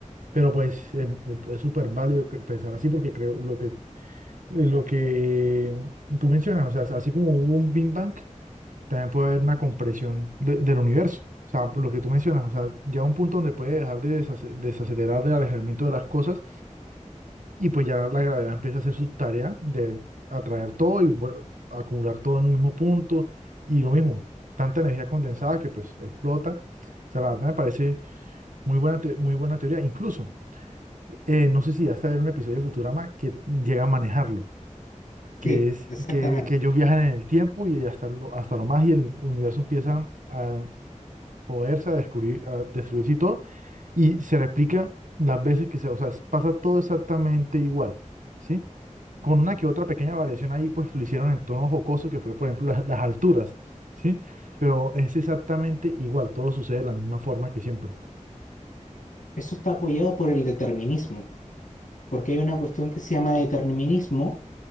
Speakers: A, on the right; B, on the left.
A: Pero pues em, em, es súper válido que- pensar así porque creo lo que, eh, lo que tú mencionas, o sea, así como hubo un Big Bang, también puede haber una compresión de- del universo. O sea, por lo que tú mencionas, o sea, ya un punto donde puede dejar de desace- desacelerar el alejamiento de las cosas y pues ya la gravedad empieza a hacer su tarea de atraer todo y vuel- acumular todo en un mismo punto y lo mismo, tanta energía condensada que pues explota. O sea, la verdad me parece muy buena, te- muy buena teoría. Incluso, eh, no sé si hasta ver un episodio de Futurama que llega a manejarlo. que
B: Sí,
A: es
B: exactamente.
A: que, que ellos viajan en el tiempo y hasta lo, hasta lo más y el universo empieza a, joderse, a descubrir, a destruirse y todo, y se replica las veces que se, o sea, pasa todo exactamente igual, ¿sí? Con una que otra pequeña variación ahí, pues lo hicieron en tono jocoso, que fue, por ejemplo, la- las alturas, ¿sí? Pero es exactamente igual, todo sucede de la misma forma que siempre.
B: Eso está apoyado por el determinismo, porque hay una cuestión que se llama determinismo